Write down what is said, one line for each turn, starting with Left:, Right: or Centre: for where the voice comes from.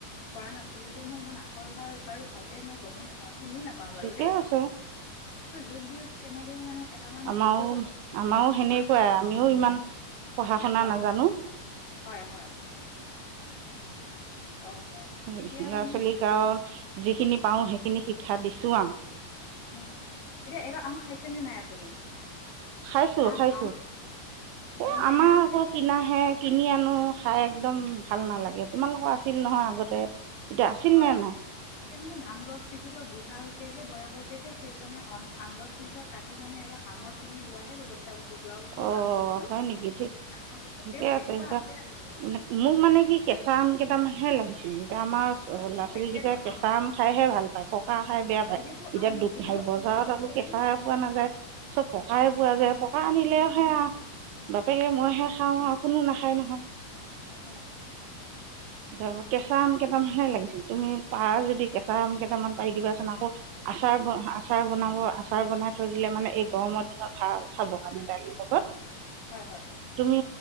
Left: কৰা নাছিলো যে। যে মই যে ইমান আকৰি হয় নে বাৰু ভালকে মই গমো নাপাওঁ। চিনিও নাপাওঁ বাৰু
Right: ঠিকে
Left: দেই।
Right: আছে
Left: যোগ বিয়োগ কেনেকে মানে কেইটামান
Right: আমাৰো
Left: যোগ কৰিব জানো।
Right: আমাৰো সেনেকুৱাই আমিও ইমান পঢ়া শুনা
Left: হয়
Right: নাজানো।
Left: হয় হয় হয় হয় হয়
Right: উ!
Left: এতিয়া
Right: ল'ৰা
Left: মানে
Right: ছোৱালীক
Left: কি
Right: আওঁ, যিখিনি পাওঁ সেইখিনি শিক্ষা দিছো আওঁ।
Left: অ' এতিয়া এবাৰ আম খাইছেনে নাই আপুনি?
Right: খাইছো
Left: আম
Right: খাইছো,
Left: আম একদম
Right: এ'
Left: টেঙা
Right: আমাৰ
Left: আম
Right: আকৌ
Left: খাইছেনে
Right: কিনাহে
Left: মিঠা আম খাইছে
Right: কিনি আনো, খাই একদম ভাল নালাগে। তোমালোকৰ আছে। শিল নহয় আগতে এতিয়া আছিল
Left: হয়
Right: নে
Left: হয়
Right: নাই
Left: এয়া মানে আম গছ কিজোপা বুঢ়া হৈছে যে বয়স হৈছে যে সেই কাৰণে আমগছ কেইজোপা কাটি মানে এইবাৰ আমৰ পুলি ৰোৱাহে ব্যৱস্থা কৰিছোঁ যোৱা বছৰ
Right: অ
Left: আম ৰুইছোঁ
Right: হয় নেকি
Left: এতিয়া
Right: ঠিক
Left: বহুত ডাঙৰ হৈছে
Right: ঠিকে
Left: তেও
Right: আছে
Left: এজোপা
Right: এতিয়া
Left: আৰু বাৰু
Right: মোক মানে কি কেঁচা আম কেইটামান হে লাগিছে দুটামান অ ল'ৰা
Left: ও
Right: ছোৱালীকেইটাই
Left: এতিয়াতো
Right: কেঁচা আম খাইহে ভাল পায় পকা খাই বেয়া পায়
Left: এতিয়াতো
Right: এতিয়া
Left: আম
Right: দু
Left: এতিয়াতো
Right: বজাৰত
Left: আম সকলোবোৰ
Right: আকৌ কেঁচা পোৱা নাযায় চব পকা পোৱা যায় পকা হয় আও বাপেকে মইহে খাওঁ আৰু কোনো নাখায় নহয়
Left: হয়
Right: তাৰ কেঁচা আম কেইটামানহে লাগিছিল তুমি পাৰ যদি কেঁচা আম কেইটামান পাৰি দিবাচোন আকৌ আচাৰ আচাৰ বনাব আচাৰ বনাই থৈ দিলে মানে এই গৰমৰ দিনত ভাল খাব কাৰণে দালিৰ লগত
Left: হয় হয়
Right: তুমি